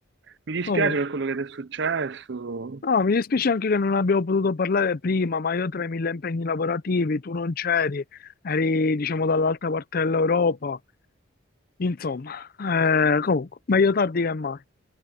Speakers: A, on the right; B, on the left.
A: Mi dispiace
B: Comunque,
A: per quello che ti è successo.
B: no, mi dispiace anche che non abbiamo potuto parlare prima, ma io tra i mille impegni lavorativi, tu non c'eri, eri diciamo dall'altra parte dell'Europa, insomma, eh, comunque, meglio tardi che mai.